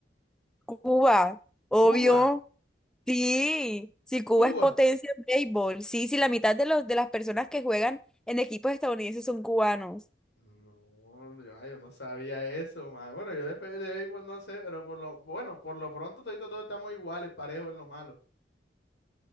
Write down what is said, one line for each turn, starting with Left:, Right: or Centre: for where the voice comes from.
Centre: Cuba, obvio.
Left: Cuba,
Centre: Sí, si Cuba
Left: Cuba.
Centre: es potencia en béisbol. Sí, sí, la mitad de los de las personas que juegan en equipos estadounidenses son cubanos
Left: No, yo, ay, yo no sabía eso, man. Bueno, yo de, fe- de béisbol no sé, pero por lo, bueno, por lo pronto todos, todos estamos iguales, parejos en lo malo. <laughs>